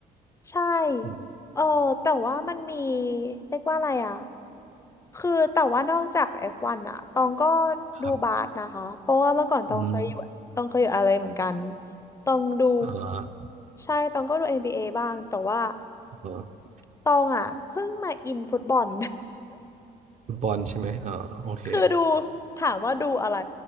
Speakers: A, on the left; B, on the right.
A: ใช่
B: อืม
A: เออแต่ว่ามันมีเรียกว่าอะไรอ่ะ คือแต่ว่านอกจาก F1 อฟวันอะตองก็
B: ครับ
A: ดูบาสนะคะ เพราะว่าเมื่อก่อนตองเคยอยู่ตองเคยอยู่อะไรเหมือนกัน
B: อืม
A: ตองดู
B: อ่า
A: ใช่ตองก็ดู NBA บเอบ้างแต่ว่า
B: อ่า
A: ตองอะเพิ่งมาอินฟุตบอล
B: ฟุตบอลใช่ไหมอ่าโอเค
A: <laughs> คือดูถามว่าดูอะไร